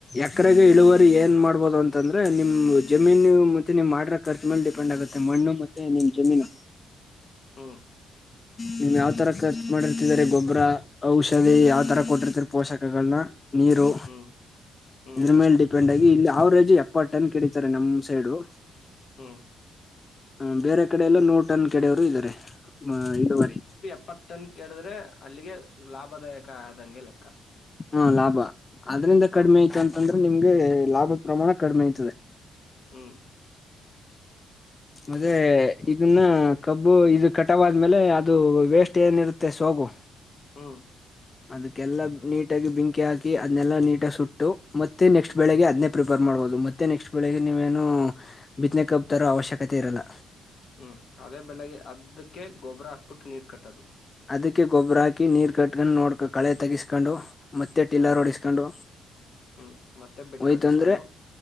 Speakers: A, on the left; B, on the left.
A: ಎಕರೆ ಇಳುವರಿ ಏನ್ ಮಾಡ್ಬೋದು ಅಂತಂದ್ರೆ ನಿಮ್ ಜಮೀನು ಮತ್ತೆ ನೀಮ್ ಮಾಡ್ರ ರ್ಚ್ ಮೇಲೆ ಡಿಪೆಂಡ್ ಆಗುತ್ತೆ ಮಣ್ಣು ಮತ್ತೆ ನಿಮ್ ಜಮೀನು
B: ಹ್ಮ
A: ನೀಮ್ ಯಾವ್ ತರ ಖರ್ಚು ಮಾಡಿರ್ತಿದಿದ್ದಾರೆ ಗೊಬ್ಬರ ಔಷಧಿ
B: ಹ್ಮ್
A: ಯಾವ್ ತರ ಕೊಟ್ಟಿರ್ತರ ಪೋಷಕಗಳನ್ನ ನೀರು
B: ಹ್ಮ್ ಹ್ಮ್
A: ಇದ್ರ ಮೇಲ್ ಡಿಪೆಂಡ್ ಆಗಿ ಇಲ್ಲಿ ಅವರೇಜ್ ಎಪ್ಪತ್ತು ಟನ್ ಕಡೀತಾರೆ ನಮ್ ಸೈಡು
B: ಹ್ಮ್
A: ಹ ಬೇರೆ ಕಡೆ ಎಲ್ಲ ನೂರು ಟನ್ ಕೆಡೆಯವರು ಇದ್ದಾರೆ ಇಳುವರಿ
B: ಇಪ್ಪತ್ತ ಟನ್ ಕೆಡಿದ್ರೆ ಅಲ್ಲಿಗೆ ಲಾಭದಾಯಕ ಆದಂಗೆ ಲೆಕ್ಕ
A: ಹ್ಮ ಲಾಭ ಅದ್ರಿಂದ
B: ಹ
A: ಕಡಿಮೆ ಐ್ತ ಅಂತಂದ್ರೆ ನಿಮ್ಗೆ ಲಾಭದ ಪ್ರಮಾಣ ಕಡಿಮೆ ಆ್ತದೆ
B: ಹ್ಮ್
A: ಮತ್ತೆ
B: ಹ್ಮ್ ಹ್ಮ್
A: ಇದನ್ನ ಕಬ್ಬು ಇದು ಕಟವಾದ್ಮೇಲೆ ಅದು ವೇಸ್ಟ್ ಏನಿರುತ್ತೆ ಸೋಗು
B: ಹ್ಮ್
A: ಅದಕ್ಕೆಲ್ಲಾ ನೀಟಾಗಿ ಬೆಂಕಿ ಹಾಕಿ ಅದ್ನೆಲ್ಲಾ ನೀಟಗ ಸುಟ್ಟು ಮತ್ತೆ ನೆಕ್ಸ್ಟ್ ಬೆಳಗ್ಗೆ ಅದ್ ಪ್ರಿಪೇರ್ ಮಾಡಿ ಮಾಡ್ಬೋದು ಮತ್ತೆ ನೆಕ್ಸ್ಟ್ ಬೆಳಿಗ್ ನೀವೇನು ಬಿನೆ ಕಬ್ತಾರೋ ಅವಶ್ಯಕತೆ ಇರಲ್ಲ
B: ಹ್ಮ್ ಅದೇ ಬೆಲೆಗೆ ಅದಕ್ಕೆ ಗೊಬ್ಬರ ಹಾಕ್ಬಿಟ್ಟು ನೀರು ಕಟ್ಟದು
A: ಅದಕ್ಕೆ ಗೊಬ್ಬರ ಹಾಕಿ ನೀರ್ ಕಟ್ಕೊಂಡು ನೋಡ್ಕ ಕಳೆ ತಗಿಸ್ಕೊಂಡು ಮತ್ತೆ ಟಿಲ್ಲರ್
B: ಹ್ಮ್
A: ಹೊಓಡಿಸ್ಕೊಂಡು
B: ಹ್ಮ್ ಮತ್ತೆ ಬೆಡ್
A: ಹಯ್ತ
B: ಕಟ್ಟಿಸ್ಕೊಂಡು
A: ಅಂದ್ರೆ